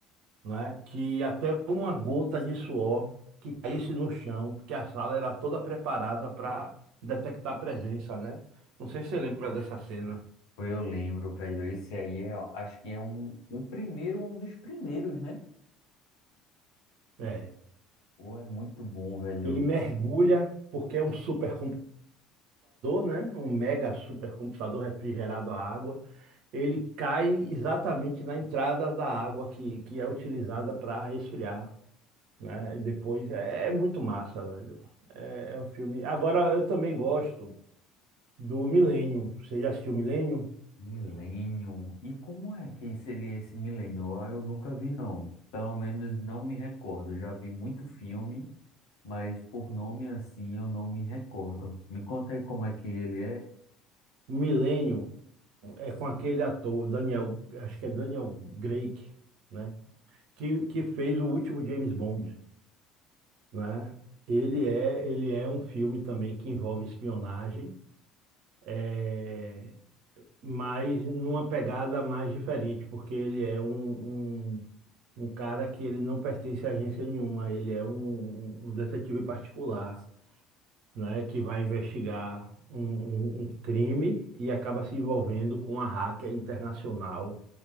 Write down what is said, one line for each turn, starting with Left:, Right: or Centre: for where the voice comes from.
Right: né? Que até uma gota de suor que caísse no chão, que a sala era toda preparada para detectar a presença, né? Não sei se você lembra dessa cena.
Left: Pô, Eu lembro, velho. Esse aí é, acho que é um, o primeiro, um dos primeiros, né?
Right: É.
Left: Pô, é muito bom, velho.
Right: Ele mergulha, porque é um supercomputador, né? Um mega supercomputador refrigerado à água. Ele cai exatamente na entrada da água que, que é utilizada para resfriar né? E depois é, é muito massa, velho. É, é um filme. Agora eu também gosto do Milênio. Você já assistiu o Milênio?
Left: Millennium. E como é que seria esse Millennium? Ah, eu nunca vi, não. Pelo menos não me recordo. Já vi muito filme, mas por nome assim eu não me recordo. Me conta aí como é que ele é.
Right: O Milênio é com aquele ator, Daniel, acho que é Daniel Craig, né? Que, que fez o último James Bond, né? Ele é, ele é um filme também que envolve espionagem, é, mas numa pegada mais diferente, porque ele é um, um- um cara que ele não pertence a agência nenhuma, ele é um, um um detetive particular, né, que vai investigar um, um- um crime e acaba se envolvendo com uma hacker internacional,